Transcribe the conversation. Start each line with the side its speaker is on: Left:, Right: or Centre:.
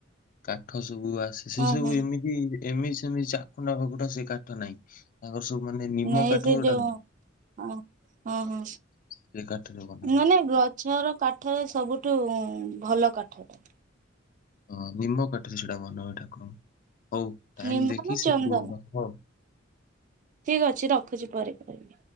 Left: କାଠ ସବୁ ଆସେ ସେ
Right: ଓହୋ
Left: ସବୁ ଏମିତି। କି ଏମିତି ସେମିତି ଚାଖୁଣ୍ଡା ଫାକୁଣ୍ଡା ସେ କାଠ ନାହିଁ। ତାଙ୍କର ସବୁ ମାନେ ନିମ
Right: ନାଇଁ
Left: କାଠ
Right: ସେ
Left: ଯୋଉଟା
Right: ଯୋଉ
Left: ନୁଅ।
Right: ହଁ ହଁ ହଁ
Left: ସେ କାଠରେ ବନା
Right: ମାନେ
Left: ହୁଏ।
Right: ଗ ଗଛ ର କାଠରେ ସବୁଠୁ ଭଲ କାଠଟା।
Left: ହଁ ନିମ କାଠରେ ସେଟା ବନା ହୁଏ ଠାକୁରଙ୍କୁ ହଉ ଟାଇମ
Right: ନିମ୍ବ
Left: ଦେଖି
Right: ନା
Left: ସେପଟୁ
Right: ଚନ୍ଦନ
Left: ରଖ ଆଉ।
Right: ଠିକ ଅଛି ରଖୁଛି ପରେ କରିବି।